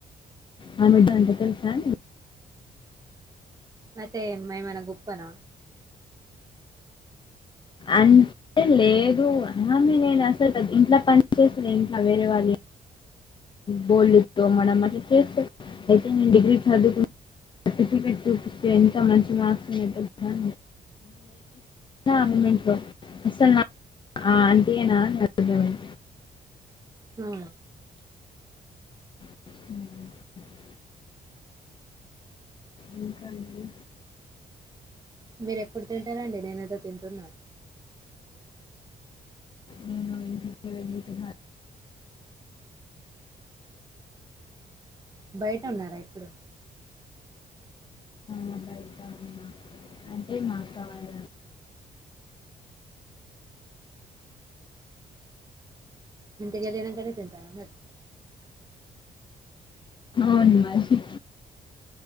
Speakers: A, on the left; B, on the right.
A: హన్నడ్ అంట తెలుసాం
B: అయితే ఏమనా గోప్పనా
A: అంతే లేదు అమ నేను అసలు ఇంట్లా పని చేసా ఇంట్లా వేరే వాళ్ళు బోల్లు తొమడం అంటే చేస్త అయితే నేను డిగ్రీ చదువుకు సర్టిఫికెట్ చూపిస్తే ఎంత మంచి మార్క్స్ ని అ అస అంటనా ఆన్
B: ఆ
A: హ మీకాడి
B: మీరు ఎప్పుడు తింటారండి నేనుదో తింటున్నా
A: నేను వెల్లి తినాలి
B: బయట ఉన్నారా ఇప్పుడు
A: మా బయట ఉన్నా అంటే మా అక్క వాళ్ళ
B: ఇంటికెళ్ళినంకనే తింటారా మరి
A: అవును మరి